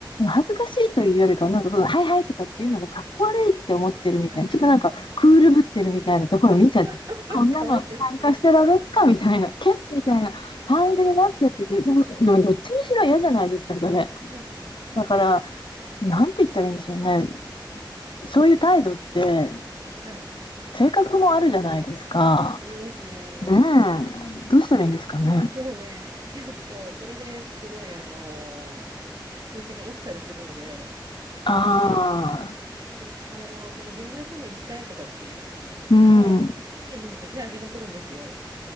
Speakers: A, on the left; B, on the right.
A: 恥ずかしいというよりかは、なんかこう、はいはいとかっていうのがかっこ悪いって思ってるみたいな、
B: ああ、
A: ちょっとなんかクールぶってるみたいなところ見ちゃってこんなの参加してられっかみたいな、
B: <laughs> かわいいですね。
A: けっみたいな感じになっちゃってて、でもでもどっちにしろ嫌じゃないですか、それ。
B: はい。
A: だから、なんて言ったらいいんでしょうね。そういう態度って、
B: はい。
A: 性格もあるじゃないですか。
B: ありますね。
A: ねえ、どうしたらいいんですかね。
B: でもね、結構それですごい、あの、成績落ちたりするので、
A: あ
B: な、
A: あ、
B: で、あの、そのギムナジウム行きたい子たち
A: うん。
B: は、もうその時期になると手を挙げまくるんですよ。